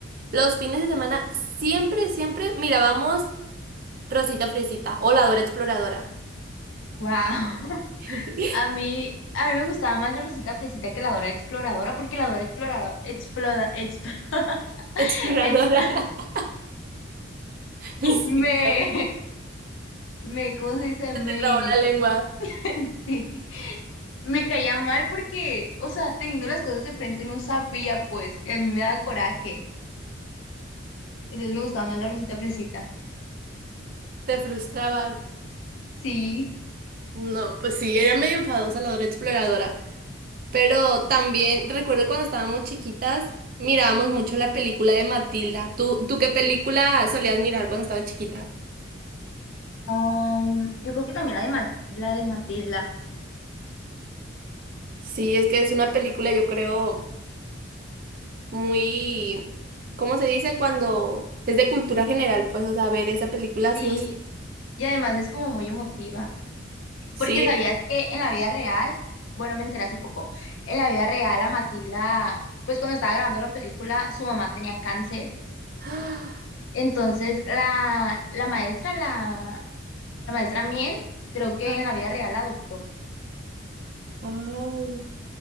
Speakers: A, on the right; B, on the left.
A: los fines de semana siempre, siempre mirábamos Rosita Fresita o La Dora Exploradora.
B: Wow. <laughs>
A: <laughs>
B: A mí, a mí me gustaba más la Rosita Fresita que la Dora Exploradora, porque la Dora Exploradora, explora, exp-
A: Exploradora.
B: <laughs> exp-
A: <laughs> Sí,
B: me,
A: claro.
B: me, ¿cómo se dice?
A: Se
B: Me,
A: te trabó la lengua,
B: <laughs> sí, me caía mal porque, o sea, teniendo las cosas de frente no sabía, pues, y a mí me daba coraje. Entonces me gustaba más la Rosita Fresita.
A: te frustrabas.
B: Sí.
A: No, pues sí, era medio enfadosa la Dora Exploradora. Pero también recuerdo cuando estábamos chiquitas, mirábamos mucho la película de Matilda. ¿Tú, tú qué película solías mirar cuando estabas chiquita?
B: Um, yo creo que también la de, Ma- la de Matilda.
A: Sí, es que es una película, yo creo, muy, ¿cómo se dice? Cuando es de cultura general, pues, o sea, ver esa película
B: Sí,
A: sí o sí.
B: y además es como muy emotiva.
A: Sí.
B: Porque sabías que en la vida real, bueno, me enteré hace poco, en la vida real a Matilda, pues cuando estaba grabando la película, su mamá tenía cáncer.
A: <gasps>
B: Entonces la, la maestra, la, la maestra Miel, creo que
A: Ah,
B: en la vida real la adoptó.
A: Ay,